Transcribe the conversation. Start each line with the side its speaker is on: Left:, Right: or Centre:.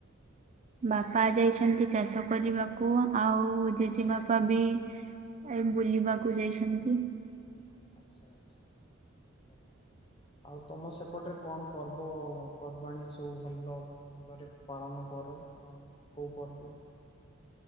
Left: ଆଚ୍ଛା
Right: ବାପା
Left: ଆଚ୍ଛା
Right: ଯାଇଛନ୍ତି ଚାଷ କରିବାକୁ ଆଉ
Left: ଆଚ୍ଛା
Right: ଜେଜେ ବାପା ବାପା ବି ଏ ବୁଲିବାକୁ ଯାଇଛନ୍ତି।
Left: ଆଚ୍ଛା ଆଚ୍ଛା ବହୁତ୍ ଭଲ। ଆଉ ତମ ସେପଟରେ କଣ ପର୍ବ ପର୍ବାଣି ସବୁ ଭଲ ଭଲରେ ପାଳନ କର କଣ୍ କୋଉ ପର୍ବ?